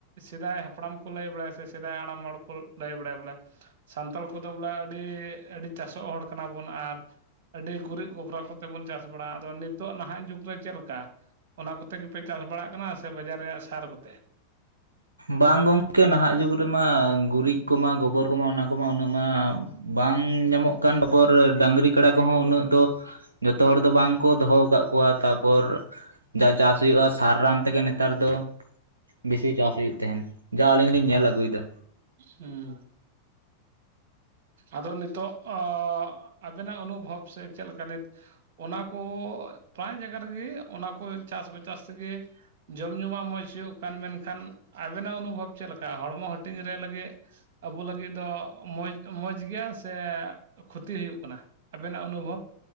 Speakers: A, on the right; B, on the right.
A: ᱥᱮᱫᱟᱭ ᱦᱟᱯᱲᱟᱢ ᱠᱚ ᱞᱟᱹᱭ ᱵᱟᱲᱟᱭ ᱥᱮ ᱥᱮᱫᱟᱭ ᱦᱟᱲᱟᱢ ᱦᱚᱲ ᱠᱳᱞ ᱞᱟᱹᱭ ᱵᱟᱲᱟᱭᱟ ᱵᱚᱞᱮ, ᱥᱟᱱᱛᱟᱞ ᱠᱚᱫᱚ ᱵᱚᱞᱮ ᱟᱹᱰᱤ ᱟᱹᱰᱤ ᱪᱟᱥᱚᱜ ᱦᱚᱲ ᱠᱟᱱᱟ ᱵᱚᱱ ᱟᱨ ᱟᱹᱰᱤ ᱜᱩᱨᱤᱡ ᱜᱚᱵᱨᱟ ᱠᱚᱛᱮ ᱵᱚᱱ ᱪᱟᱥ ᱵᱟᱲᱟ ᱟᱫᱚ ᱱᱤᱛᱚᱜ ᱱᱟᱦᱟᱸᱜ ᱡᱩᱜᱽ ᱨᱮ ᱪᱮᱞᱠᱟ? ᱚᱱᱟ ᱠᱚᱛᱮ ᱜᱮᱯᱮ ᱪᱟᱥ ᱵᱟᱲᱟᱜ ᱠᱟᱱᱟ ᱥᱮ ᱵᱟᱡᱟᱨ ᱨᱮᱭᱟᱜ ᱥᱟᱨ ᱠᱚᱛᱮ?
B: ᱵᱟᱝ ᱜᱚᱝᱠᱮ ᱱᱟᱦᱟᱸᱜ ᱡᱩᱜᱽ ᱨᱮᱢᱟ ᱜᱩᱨᱤᱡᱽ ᱠᱚᱢᱟ ᱜᱚᱵᱚᱨ ᱠᱚᱢᱟ ᱚᱱᱟ ᱠᱚᱢᱟ ᱩᱱᱟᱹᱜ ᱢᱟ ᱵᱟᱝ ᱧᱟᱢᱚᱜ ᱠᱟᱱ, ᱴᱟᱯᱚᱨ ᱰᱟᱹᱝᱨᱤ ᱠᱟᱰᱟ ᱠᱚᱦᱚᱸ ᱩᱱᱟᱹᱜ ᱫᱚ ᱡᱚᱛᱚ ᱦᱚᱲ ᱫᱚ ᱵᱟᱝ ᱠᱚ ᱫᱚᱦᱚᱣ ᱠᱟᱜ ᱠᱚᱣᱟ, ᱛᱟᱯᱚᱨ ᱡᱟ ᱪᱟᱥ ᱦᱩᱭᱩᱜᱼᱟ ᱥᱟᱨ ᱨᱟᱱ ᱛᱮᱜᱮ ᱱᱮ ᱛᱟᱨ ᱫᱚ ᱵᱤᱥᱤ ᱪᱟᱥ ᱦᱩᱭᱩᱜ ᱛᱮᱦᱮᱸᱱ, ᱡᱟ ᱟᱹᱞᱤᱧ ᱞᱤᱧ ᱧᱮᱞ ᱟᱹᱜᱩᱭ ᱫᱟ᱾
A: ᱦᱩᱸ᱾ ᱟᱫᱚ ᱱᱤᱛᱚᱜ ᱚ ᱟᱵᱮᱱᱟᱜ ᱚᱱᱩᱵᱷᱚᱵ ᱥᱮ ᱪᱮᱞᱠᱟ ᱱᱤᱛ ᱚᱱᱟ ᱠᱚ ᱯᱨᱟᱭ ᱡᱟᱭᱜᱟ ᱨᱮᱜᱮ ᱚᱱᱟ ᱠᱚ ᱪᱟᱥ ᱵᱟ ᱪᱟᱥ ᱛᱮᱜᱮ ᱡᱚᱢ ᱧᱩ ᱢᱟ ᱢᱚᱡᱥ ᱦᱩᱭᱩᱜ ᱠᱟᱱ ᱢᱮᱱᱠᱷᱟᱱ ᱟᱵᱮᱱᱟᱜ ᱚᱱᱩᱵᱷᱚᱵ ᱪᱮᱜ ᱞᱮᱠᱟ ᱦᱚᱲᱢᱚ ᱦᱟᱹᱴᱤᱧ ᱨᱮ ᱞᱟᱹᱜᱤᱜ ᱟᱵᱳ ᱞᱟᱹᱜᱤ ᱫᱚ ᱢᱚᱡᱽ ᱢᱚᱡᱽ ᱜᱮᱭᱟ ᱥᱮ ᱠᱷᱚᱛᱤ ᱦᱩᱭᱩᱜ ᱠᱟᱱᱟ ᱟᱵᱮᱱᱟᱜ ᱚᱱᱩᱵᱷᱚᱵᱽ?